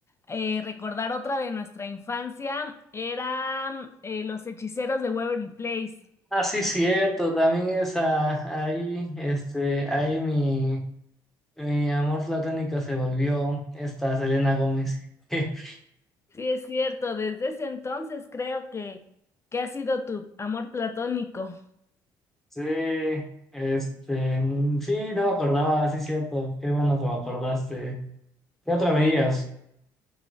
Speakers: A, on the left; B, in the centre.
A: eh, recordar otra de nuestra infancia, eran eh, Los Hechiceros de Waverly Place.
B: Ah, sí, cierto, también esa, ahí, este, ahí mi, mi amor platónico se volvió esta Selena Gómez. <laughs>
A: Sí, es cierto, desde ese entonces creo que, que ha sido tu amor platónico.
B: Sí, este, mm, sí, no me acordaba, sí, cierto, qué bueno que me acordaste. ¿Qué otra veías?